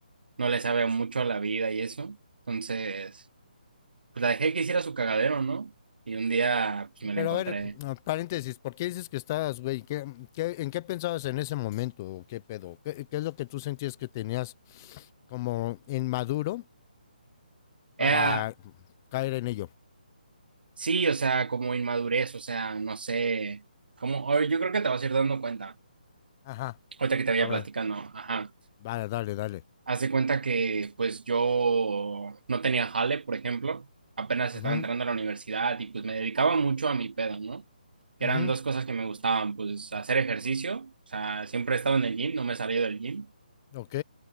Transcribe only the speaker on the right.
no le sabe mucho a la vida y eso. Entonces pues la dejé que hiciera su cagadero, ¿no? Y un día, pues me la
encontré.
Era,
sí, o sea, como inmadurez, o sea, no sé, como, o yo creo que te vas a ir dando cuenta,
ahorita que te vaya
platicando, ajá.
Haz de cuenta que, pues yo no tenía jale, por ejemplo, apenas
estaba entrando a la universidad y pues me dedicaba mucho a mi pedo, ¿no? Que
eran dos cosas que me gustaban, pues hacer ejercicio, o sea, siempre he estado en el gym, no me he salido del gym.